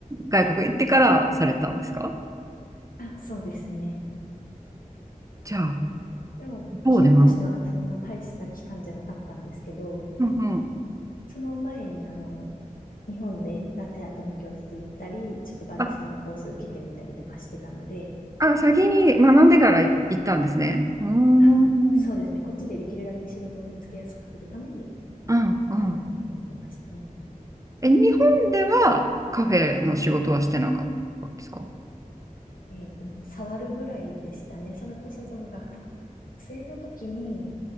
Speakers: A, on the right; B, on the left.
A: 外国行ってからされたんですか
B: あ、そうですね。
A: じゃあ、
B: でも、
A: そうで学ぶ。
B: 期間としてはそんな大した期間じゃなかったんですけど、
A: うんうん。
B: その前に、あの、日本でラテアートの教室行ったり、ちょっとバリスタのコース受けてみたりとかしてたので、
A: あ、あ、先に学んでから行ったんですね。うーん、
B: あ、
A: うん、
B: そうですね。こっちでできるだけ仕事を見つけやすくするために、
A: うん。
B: そういう感じでやってましたね。
A: え、日本ではカフェの仕事はしてなかったんですか
B: えっと、もう触るぐらいでしたね。それこそその学生の時に、